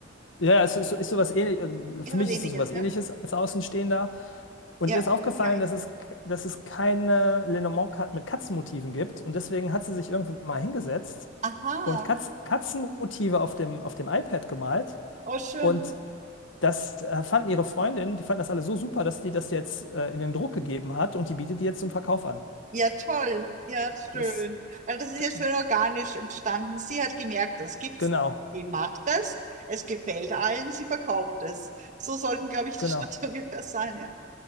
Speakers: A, on the left (about 80°); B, on the right (about 40°).
A: Ja, ja, es ist, so, ist sowas ähnlich, äh,
B: ist
A: für
B: was
A: mich
B: ähnliches,
A: ist es sowas
B: ja.
A: ähnliches als Außenstehender. Und
B: Ja,
A: ihr ist aufgefallen,
B: ja. ja.
A: dass es, dass es keine lenormand mit Katzenmotiven gibt. Und deswegen hat sie sich irgendwann mal hingesetzt
B: Aha.
A: und Katz, Katzenmotive auf dem, auf dem iPad gemalt.
B: Oh, schön.
A: Und das äh, fanden ihre Freundinnen, die fanden das alle so super, dass die das jetzt äh, in den Druck gegeben hat und die bietet die jetzt zum Verkauf an.
B: Ja, toll. Ja, schön.
A: Das,
B: Ja, das ist
A: d-
B: ja schön organisch entstanden. Sie hat gemerkt, das gibt's
A: genau,
B: nicht. Die macht das. Es gefällt allen. Sie verkauft es. So sollten, glaube ich, die
A: genau.
B: Schritte <laughs> ungefähr sein. Ja.